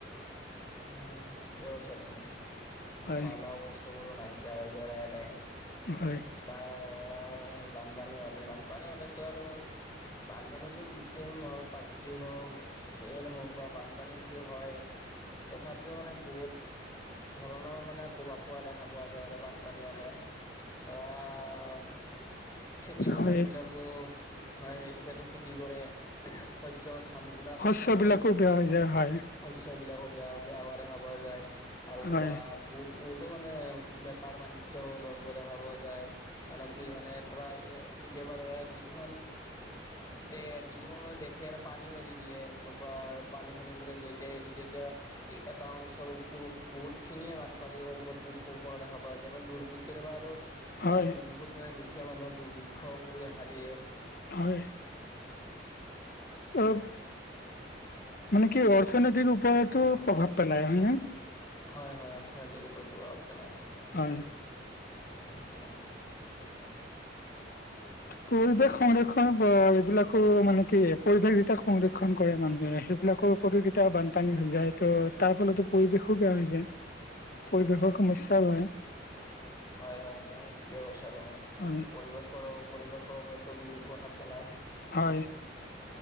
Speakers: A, on the left; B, on the left.
A: উম, ঠিকে কৈছা তুমি!
B: হয়।
A: খোৱা-লোৱা বস্তুবোৰো নাইকীয়া হৈ যায়, লাহে-লাহে।
B: হয়!
A: <unintelligible> বানপানী হ'লে, বানপানী হ'লেতো আৰু বানপানী যি, কৃত্ৰিম হওঁক, প্ৰাকৃতিক হওঁক, যিয়ে নহওঁক বা বান পানী যদি হয়! তথাপিও মানে, বহুত ধৰণৰ মানে, প্ৰভাৱ পৰা দেখা পোৱা যায় আৰু বান পানী হ'লে। আঁ খেতি পথাৰ
B: হয়
A: বিলাক আকৌ, এতিয়াতো খেতি কৰে। শৈস্য ধান বোলা,
B: শস্য বিলাকো
A: শৈস্য।
B: বেয়া হৈ যায় হয়
A: শস্য বিলাকো বেয়া-বেয়া হোৱা দেখা পোৱা যায়। আৰু ধৰা,
B: হয়
A: বহু-বহুতো মানে, বেপাৰ-বাণিজ্য <unintelligible> হোৱা, দেখা পোৱা যায়। মানে, কি মানে, ধৰা এ, কেতিয়াবা ধৰা কিছুমান দে কিছুমান মানে, দেশেৰ পানীও এৰি দিয়ে। যেনেকুৱা, পানী-চানী বিলাক যেতিয়া এৰি দিয়ে, তেতিয়া, এ, এটা অঞ্চল বহু, বহুত খিনিয়ে বানপানীৰ কবলত <unintelligible> পৰা দেখা পোৱা যায়। মানে, দুৰ্ভি কেতিয়াবা আৰু
B: হয়
A: আঁ বহুত মানে, দুখীয়া মানুহৰ দুৰ্ভিক্ষবোৰো দেখা দিয়ে।
B: হয়! অ'! মানে কি, অৰ্থনৈতিক ওপৰতো প্ৰভাৱ পেলায়, হয়নে?
A: হয়, হয়! আৰ্থনৈতিক ওপৰতো প্ৰভাৱ পেলাই।
B: হয়!
A: <unintelligible>
B: পৰিৱেশ সংৰক্ষণ, <unintelligible> এইবিলাকো মানে, কি! পৰিৱেশ যেতিয়া, সংৰক্ষণ কৰে মানুহে, সেইবিলাকৰ <unintelligible> বানপানী হৈ যায়। ত' তাৰ ফলতো, পৰিৱেশো বেয়া হৈ যায়। পৰিৱেশৰ সমস্যা হয়।
A: হয়, হয়, হয়! ঠিকেই কৈছা, তুমি। <unintelligible>
B: হয়
A: পৰিৱেশৰো, পৰিৱেশৰ ওপৰতো বিৰূপ প্ৰভাৱ পেলায়।
B: হয়।